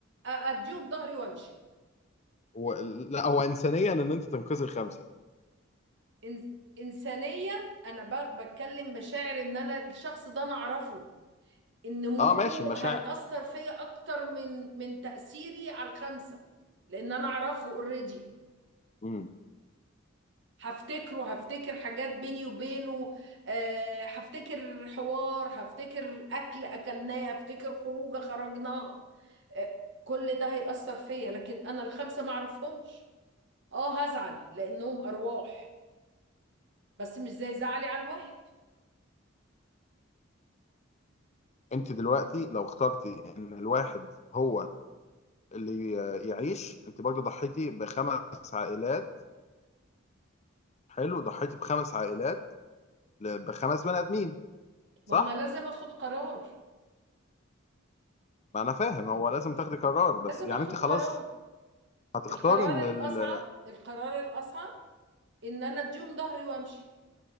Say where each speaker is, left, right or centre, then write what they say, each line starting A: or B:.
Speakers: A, on the right; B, on the left.
A: أ- أديه بظهري وأمشي
B: و... لا هو انسانيا ان انت تنقذي الخمسه
A: إن- إنسانيا أنا ب- بتكلم مشاعر إن أنا الشخص ده أنا أعرفه ان موته
B: اه ماشي مشاعر
A: هيأثر فيا اكتر من من تأثيري على الخمسة لان انا اعرفه اوريدي
B: امم
A: هفتكره هفتكر حاجات بيني وبينه آه، هفتكر حوار هفتكر اكل اكلناه هفتكر خروجه خرجناها آه، كل ده هيأثر فيا لكن انا الخمسة ما اعرفهمش اه هزعل لانهم ارواح بس مش زي زعلي على الواحد
B: انت دلوقتي لو اخترتي ان الواحد هو اللي يعيش انت برضه ضحيتي بخمس عائلات حلو ضحيتي بخمس عائلات ل- بخمس بني ادمين
A: ما
B: صح
A: هو انا لازم اخد قرار
B: ما انا فاهم هو لازم تاخدي قرار بس
A: لازم
B: يعني
A: اخد
B: انت خلاص
A: قرار
B: هتختاري
A: القرار
B: ان
A: الاصعب
B: ال...
A: القرار الاصعب ان انا اديهم ظهري وامشي